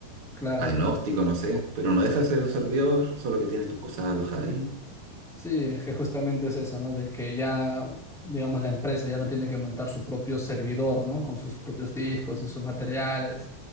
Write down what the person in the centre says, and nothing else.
claro.
Sí, es que justamente es eso, ¿no? De que ya, digamos, la empresa ya no tiene que montar su propio servidor, ¿no? Con sus propios discos y sus materiales